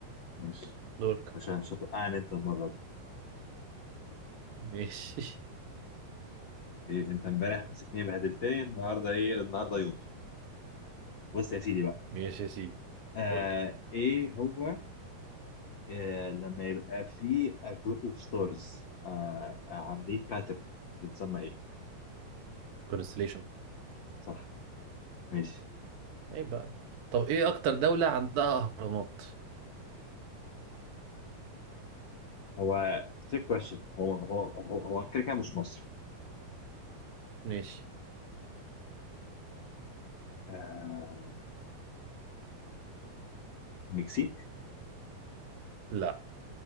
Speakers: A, on the left; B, on the right.
A: مش
B: دورك
A: مش مش هتوقعني انت المره دي
B: ماشي <laughs>
A: إيه انت امبارح مسكتني بهدلتني النهارده ايه النهارده يومي بص يا سيدي بقى
B: ماشي يا سيدي
A: آه
B: قول لي
A: ايه هو آه، لما يبقى في جروب اوف ستارز عاملين باترن بتتسمى ايه؟
B: كونستليشن
A: صح ماشي
B: ايه بقى طب ايه اكتر دولة عندها اهرامات
A: هو تريك كويشن هو هو هو هو كده كده مش مصر
B: ماشي
A: آه، مكسيك
B: لا